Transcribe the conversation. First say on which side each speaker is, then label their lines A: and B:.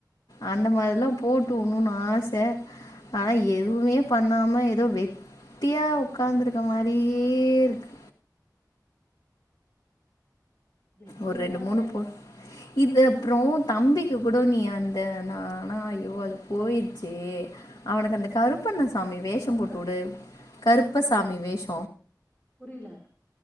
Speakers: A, on the left; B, on the left.
A: அந்த மாரில்லா போட்டு ஊடுணு ஆசை ஆனா எதுவுமே பண்ணாம ஏதோ வெட்டியா உகார்ந்துருக்க மாரியே இருக்கு
B: வெட்டியாலா
A: ஒரு ரெண்டு மூணு
B: இல்ல
A: போட் இது அப்புற தம்பிக்கு கூட நீ அந்த நானா ஐயோ அது போயிடுச்சே அவனுக்கு அந்த கருப்பு பண்ண சாமி
B: என்ன
A: வேஷம்
B: சொல்ற
A: போட்டுவிடு கருப்பசாமி வேஷ
B: புரில